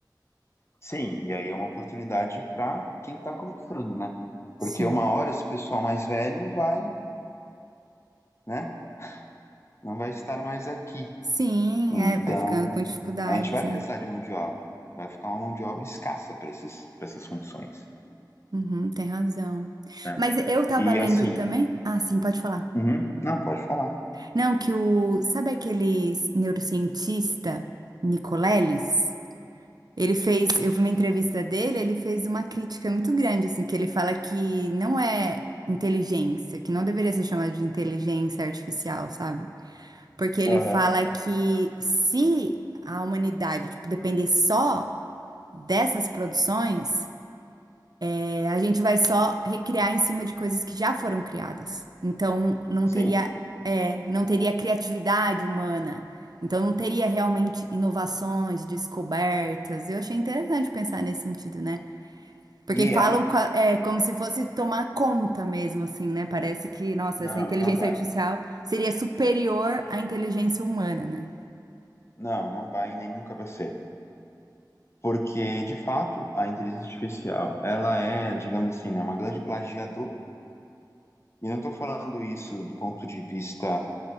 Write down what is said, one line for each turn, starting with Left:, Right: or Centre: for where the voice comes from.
Left: Sim, e aí é uma oportunidade para quem está começando, né?
Right: Sim.
Left: Porque uma hora esse pessoal mais velho vai, né? Não vai estar mais aqui.
Right: Sim,
Left: Então,
Right: é, vai ficando com dificuldades,
Left: a gente vai
Right: né?
Left: precisar de mão de obra. Vai ficar uma mão de obra escassa para esses, para essas funções,
Right: Uhum, tem razão.
Left: né?
Right: Mas eu tava
Left: E
Right: lendo
Left: assim,
Right: também. Ah, sim, pode falar.
Left: uhum, não, pode falar.
Right: Não, que o. Sabe aquele neurocientista, Nicoleles? Ele fez, eu vi uma entrevista dele, ele fez uma crítica muito grande, assim, que ele fala que não é inteligência, que não deveria ser chamado de inteligência artificial, sabe? Porque ele
Left: Aham.
Right: fala que se a humanidade, tipo, depender só dessas produções, é, a gente vai só recriar em cima de coisas que já foram criadas. Então não
Left: Sim.
Right: teria, é, não teria criatividade humana. Então não teria realmente inovações, descobertas. Eu achei interessante pensar nesse sentido, né? Porque
Left: E
Right: falam
Left: é?
Right: co- é, como se fosse tomar conta mesmo, assim, né? Parece que, nossa,
Left: Não,
Right: essa inteligência
Left: e não vai.
Right: artificial seria superior à inteligência humana, né?
Left: Não, não vai e nem nunca vai ser. Porque, de fato, a inteligência artificial, ela é, digamos assim, né, uma grande plagiadora. E não estou falando isso do ponto de vista